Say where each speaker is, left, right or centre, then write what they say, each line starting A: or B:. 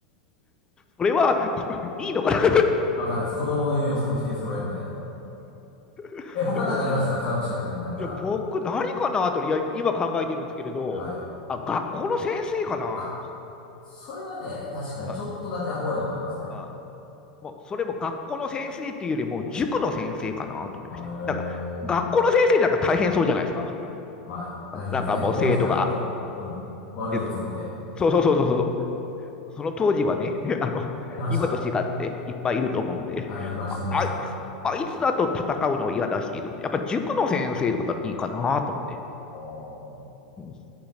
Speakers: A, on the left (about 20°); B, on the left (about 50°).
A: それは、<laughs> いいのかな
B: わかんないです。子供の夢を即否定する親みたいな。
A: <laughs>
B: え、他なんかありましたか科学者以外になんか。
A: でも、いや、僕何かなと、いや、今考えてるんですけれど、
B: はい。
A: あ、学校の先生かな
B: あ、それはね、確かにちょっとだけ憧れたことありますね。
A: ああもうそれも学校の先生っていうよりも塾の先生かなと思いまして。
B: へえ。
A: なんか学校の先生なんか大変そうじゃないですか。
B: まあ、大変ですね。
A: なんかもう生徒が、
B: 当時から、と、うん、悪い奴がおって、
A: えっと、そうそうそうそうそう。その当時はね、<laughs> あの、
B: ありました。
A: 今と違っていっぱいいると思うんで、
B: はい、いました、いました。
A: あいつ、あいつだと戦うの嫌だし、と思って、やっぱ塾の先生とかだとはいいかなと思って。
B: おー
A: うん、